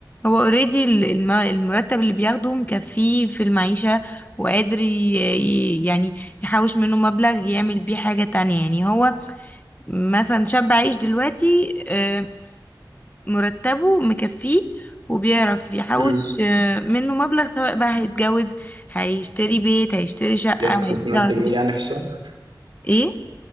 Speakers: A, on the left (about 20°); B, on the right (about 80°).
A: هو اوريدي المرتب اللي بياخده مكفيه في المعيشة وقادر ي- ي- يعني يحوش منه مبلغ يعمل بيه حاجة تانية يعني هو مثلا شاب عايش دلوقتي آه، مرتبه مكفيه وبيعرف يحوش
B: امم
A: آه، منه مبلغ سواء بقى هيتجوز هيشتري بيت هيشتري شقة
B: ياخد 50000
A: هيشتري عربية
B: جنيه يعني في الشهر
A: ايه